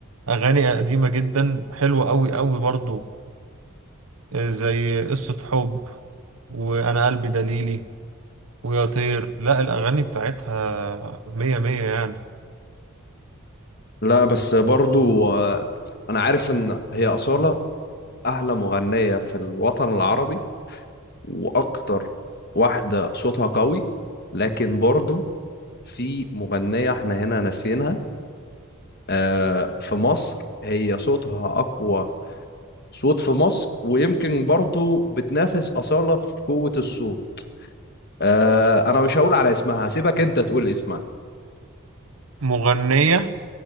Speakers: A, on the right; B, on the left.
A: اغاني قديمة جدا حلوة قوي قوي برضو آه، زي قصة حب وانا قلبي دليلي ويا طير لا الاغاني بتاعتها مية مية يعني
B: لا بس برضه آه، انا عارف ان هي أصالة احلى مغنية في الوطن العربي واكتر واحدة صوتها قوي لكن برضه في مغنية احنا هنا ناسينها آه، في مصر هي صوتها اقوى صوت في مصر ويمكن برضه بتنافس أصالة في قوة الصوت آه انا مش هقول على اسمها هسيبك انت تقول اسمها
A: مغنية